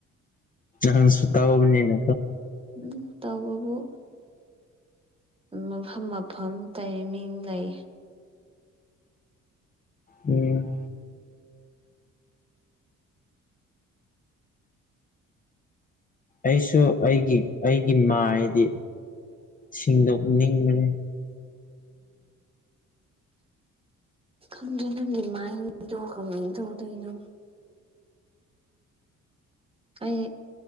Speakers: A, on the left; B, on the right.
A: ꯅ ꯁꯛꯇ ꯍꯅꯤꯅ
B: ꯎꯝ ꯇꯎꯕꯕꯨ ꯃꯐꯝ ꯃꯐꯝ ꯇꯥꯏꯃꯤꯡ ꯂꯩ
A: ꯎꯝ ꯑꯩꯁꯨ ꯑꯩꯒꯤ ꯑꯩꯒꯤ ꯃꯥꯏꯗꯤ ꯁꯤꯡꯗꯣ ꯅꯤꯡ ꯃ
B: ꯎꯝ ꯅꯒꯤꯃꯥꯏꯗ ꯀꯃꯊꯧꯗꯩꯅꯣ ꯑꯩ